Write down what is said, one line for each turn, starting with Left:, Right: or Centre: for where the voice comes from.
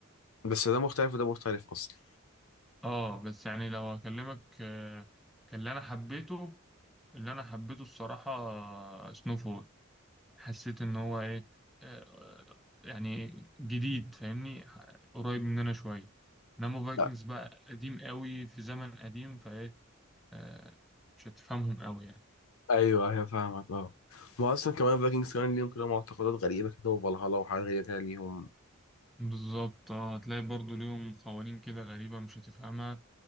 Left: بس ده مختلف وده مختلف اصلا
Centre: اه بس يعني لو اكلمك آه، كان اللي انا حبيته اللي انا حبيته الصراحة سنو فول حسيت ان هو ايه آه، يعني جديد فاهمني ح- قريب مننا شوية انما فايكنجز
Left: لا.
Centre: بقى قديم قوي في زمن قديم فايه آه، مش هتفهمهم قوي يعني
Left: ايوه ايوه فاهمك اه ما اصلا كمان فايكنجز كمان ليهم كده معتقدات غريبه كده وفالهالا وحاجات غريبه كده ليهم
Centre: بالظبط اه هتلاقي برضو ليهم قوانين كده غريبة مش هتفهمها